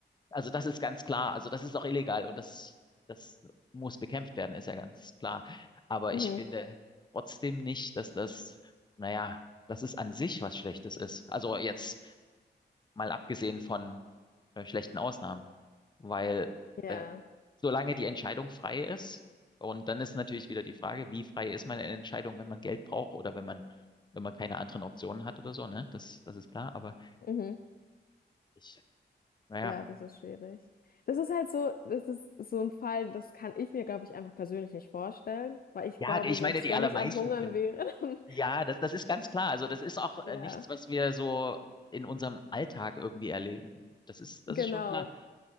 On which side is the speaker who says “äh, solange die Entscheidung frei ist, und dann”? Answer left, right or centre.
Left